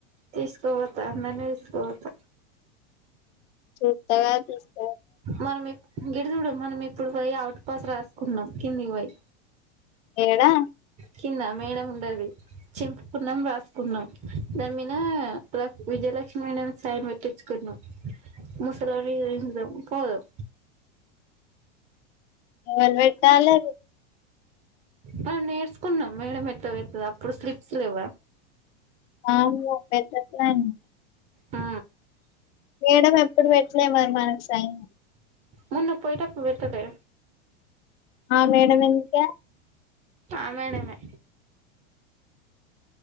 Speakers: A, on the right (about 20°); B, on the left (about 70°).
A: తీసుకుపోతా అందర్నీ తీసుకుపోతా
B: చూస్తగా చూస్త
A: మనం గిడుచుడు మనం ఇప్పుడు పోయి అవుట్ పాస్ రాసుకుందాం కిందికి పోయి
B: ఏడా
A: కింద మేడం ఉంటది చింపుకున్నాం రాసుకున్నాం దాని మీద ల విజయలక్ష్మి అని సైన్ పెట్టించుకుందాం ముసలోల్లకి తెలీదు పోదాం
B: ఎవరు బెట్టాలే
A: మనం నేర్చుకుందాం మేడం ఎట్టా పెడతదో అప్పుడు స్లిప్స్ లేవ
B: అమ్మో పెద్ద ప్లానే
A: ఆ
B: మేడం ఎప్పుడు పెట్టలే మరి మనకు సైన్
A: మొన్న పోయిప్పుడు పెట్టలే
B: ఆ మేడంమ్ ఎంకా
A: అమేనమె